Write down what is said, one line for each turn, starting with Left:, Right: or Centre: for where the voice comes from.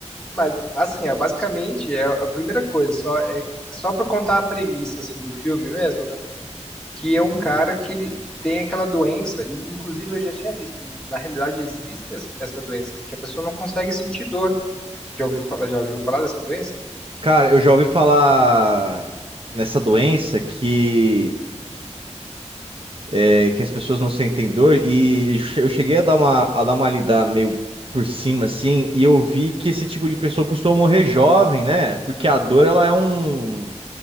Centre: mas, assim, ó, basicamente, é a primeira coisa, só, é, só pra contar a premissa, assim, do filme mesmo, né? Que é
Right: Uhum.
Centre: um cara que ele tem aquela doença, e inclusive eu já tinha visto, na realidade existe essa essa doença, que a pessoa não consegue sentir dor. Já ouviu falar, já ouviu falar dessa doença?
Right: Cara, eu já ouvi falar nessa doença que é, que as pessoas não sentem dor, e eu cheguei a dar uma, a dar uma lida meio por cima, assim, e eu vi que esse tipo de pessoa costuma morrer jovem, né? Porque a dor, ela é um...